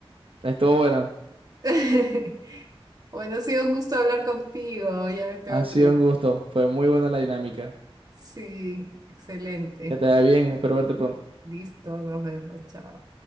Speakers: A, on the right; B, on the right.
A: Estuvo buena.
B: <laughs> Bueno, ha sido un gusto hablar contigo, ya me tengo
A: Ha sido
B: que ir.
A: un gusto. Fue muy buena la dinámica.
B: Sí, excelente.
A: Que te vaya bien. Espero verte pronto.
B: Listo, nos vemos, chao.